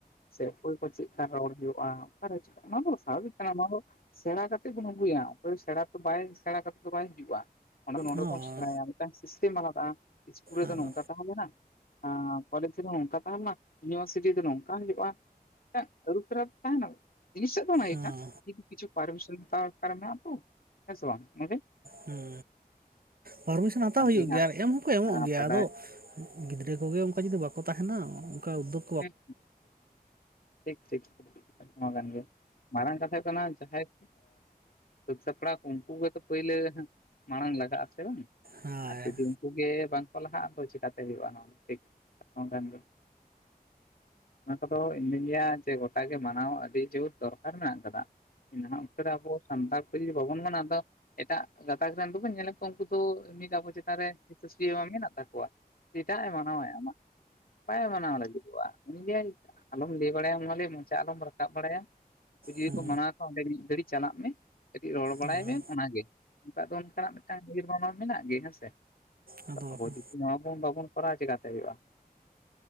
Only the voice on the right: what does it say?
ᱦᱳᱭ
ᱟᱫᱚ
ᱦᱮᱸ
ᱦᱩᱸ ᱯᱟᱨᱢᱤᱥᱚᱱ ᱦᱟᱛᱟᱣ
ᱦᱩᱭᱩᱜ
ᱜᱮᱭᱟ ᱟᱨ ᱮᱢ ᱦᱚᱸᱠᱚ ᱮᱢᱚᱜ ᱜᱮᱭᱟ
ᱟᱫᱚ ᱜᱤᱫᱽᱨᱟᱹ ᱠᱚᱜᱮ ᱚᱱᱠᱟ ᱡᱩᱫᱤ ᱵᱟᱠᱚ ᱛᱟᱦᱮᱱᱟ ᱚᱱᱠᱟ ᱩᱫᱽᱫᱳᱵ
ᱦᱳᱭ
ᱦᱮᱸ
ᱦᱮᱸ
ᱦᱮᱸ
ᱟᱫᱚ
ᱵᱟᱠᱷᱟᱱ